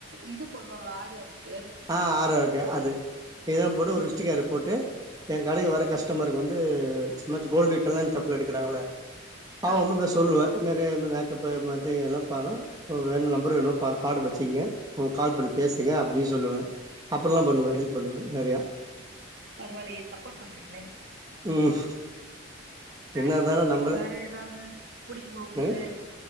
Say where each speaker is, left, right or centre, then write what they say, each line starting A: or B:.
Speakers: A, on the right; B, on the right.
A: இது போடுவாங்களா ஆரியா வொர்க்
B: அஹ ஆரி எ அது இதும் போட்டு
A: ம்
B: ஒரு விசிட்டிங் கார்டு போட்டு என் கடைக்கு வர காசு கஸ்டமருக்கு வந்து கோல்டு கல்யாண சப்பல் எடுக்கிறாங்கள ஆ
A: ஆமா
B: இன்னு போய்
A: ஆமா
B: சொல்லுவ இது மாரி இன்ன மேக்கப் இப்ப பாத்தீங்கன்னா வேணு நம்பர் காடு வெச்சுங்கங்க கால் பண்ணி பேசுங்க அப்டின்னு சொல்லுவே அப்டில்லா பண்ணுவ ஹெல்ப் பண்ணுவ நெறையா
A: பரவாளியே சப்போர்ட் பண்றீங்களே
B: ம்
A: நேச்சுரல்
B: என்ன இருந்தாலு
A: ப்ரைஸ்ல்ல
B: நம்பள
A: வேற எதாவது புடிக்குமா உங்களுக்கு
B: என்னங்க